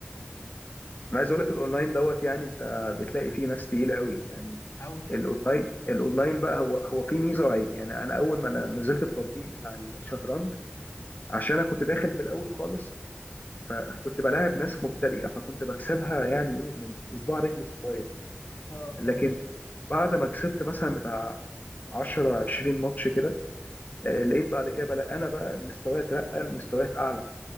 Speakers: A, on the left; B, on the left.
A: انا عايز اقول لك الاونلاين دوت يعني انت بتلاقي فيه ناس تقيله قوي يعني
B: أو
A: الاونلاين الاونلاين بقى هو هو فيه ميزه وعيب يعني انا اول ما أنا نزلت التطبيق بتاع الشطرنج عشان انا كنت داخل في الاول خالص فكنت بلاعب ناس مبتدئه فكنت بكسبها يعني ايه من- بصباع رجل الصغير
B: اه فاهم
A: لكن بعد ما كسبت مثلا بتاع 10 20 ماتش كده آه، لقيت بعد كده بلا انا بقى مستواي اترقى لمستويات اعلى